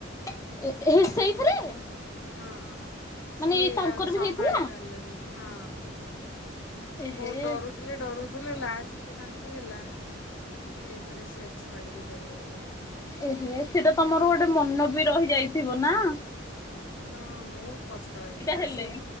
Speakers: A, on the left (about 15°); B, on the left (about 70°).
A: ଏ ହେ ସେଇଥିରେ?
B: ହଁ।
A: ମାନେ
B: ସିଏ
A: ଏଇ ତାଙ୍କର
B: ଆଉ
A: ବି
B: ସମ୍ଭାଳି
A: ହେଇଥିଲା?
B: ପାରିଲାନି। ହଁ। ସେ
A: ଏହେ
B: ବୋହୁତ ଡରୁଥିଲେ ଡରୁ ଥୁଲେ ଲାଷ୍ଟକୁ ତାଙ୍କୁ ହେଲା। ସେଇଥିର ସେ ଏକ୍ସପାର୍ଡ଼୍ ବି କରିଗଲେ।
A: ଏହେ ସେଟା ତମର ଗୋଟେ ମନ ବି ରହି ଯାଇଥିବ। ନାଁ?
B: ହଁ ବୋହୁତ କଷ୍ଟ ହେଇଥିଲା
A: ହେଲେ
B: ସିଏ